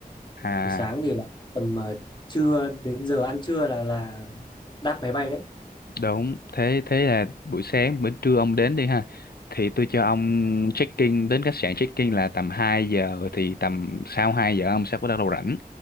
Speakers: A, on the left; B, on the left.
A: à
B: buổi sáng thì là tầm ờ, trưa đến giờ ăn trưa là là đáp máy bay đấy
A: Đúng, thế thế là buổi sáng bữa trưa ông đến đi ha. Thì tôi cho ông check-in đến khách sạn check-in là tầm 2 giờ thì tầm sau 2 giờ ông sẽ bắt đầu rảnh.